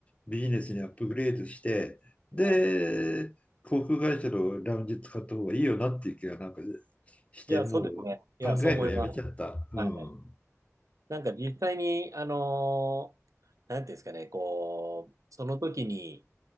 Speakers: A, on the left; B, on the right.
A: ビジネスにアップグレードして、で、
B: はい。
A: 航空会社のラウンジ使った方がいいよなっていう気がなんかして、
B: いや、
A: もう
B: そうですね。いや、
A: 考えるのやめちゃった。
B: そう思います。
A: うん。
B: はいなんか実際に、あのーなんていうんですかね、こう、その時に